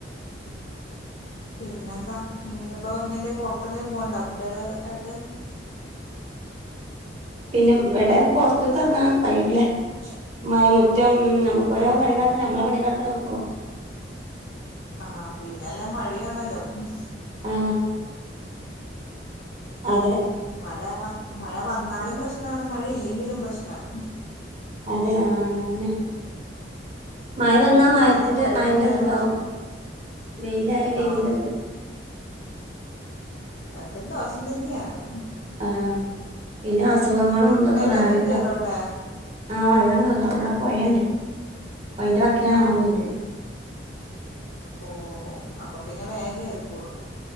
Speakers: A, on the left; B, on the right.
A: പിന്നെന്താ ഇന്ന്പ്പോ ഇനി എന്തേം പൊറത്ത് എന്തേം പോവ്‌ണ്ടൊ കുട്ടികള് ആയിട്ട്.
B: പിന്നെ വ്‌ടെ പൊർത്ത്ക്ക് എറങ്ങാൻ കഴിയൂല മയ മുറ്റം ഉം നമുക്ക് ഓരോ
A: ആ ഒന്ന്
B: പണികളൊക്കെണ്ട്. നമ്മളെ പണികളൊക്കവടെന്ന് ക്കും.
A: ആ പിന്നെല്ല മഴയാണല്ലോ മ്.
B: ആ അതെ
A: മഴ വന്ന് മഴ വന്നാലും പ്രശ്നാണ് മഴ ഇല്ലെങ്കിലും പ്രശ്നാണ്
B: അതെ ആ ആ ന്നെ മഴ വന്നാ
A: തുണികളാണെങ്കി
B: മഴത്തിന്റെ
A: ഉണങ്ങൂല
B: മഴേന്റെതുണ്ടാവും
A: മഴ വന്ന
B: വെയിലായാ വെയിലിന്റെതും
A: ആ രണ്ടും ദോഷം തന്നെയാണ്
B: ആഹ് പിന്നെ അസുഖങ്ങളും ഇതൊക്കെ
A: വെള്ളൊക്കെ
B: വേറെണ്ടാവും
A: കേറോ അവിടെ
B: ആ വെള്ളം കേറും അവ്ടെ പൊയാണ്ട്. പൊയന്റെ വക്കില ഞങ്ങള്
A: ആ
B: വീട്
A: ഓ അപ്പൊ പിന്നെ വേഗം കേയറിക്കോളും.